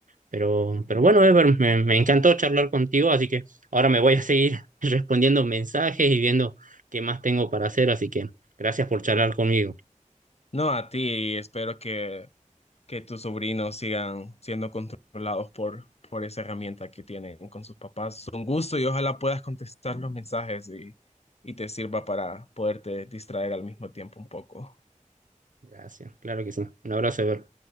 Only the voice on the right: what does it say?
Pero, pero bueno, Ever, me, me encantó charlar contigo, así que ahora me voy a seguir <laughs> respondiendo mensajes y viendo qué más tengo para hacer, así que gracias por charlar conmigo.
Gracias, claro que sí. Un abrazo, Ever.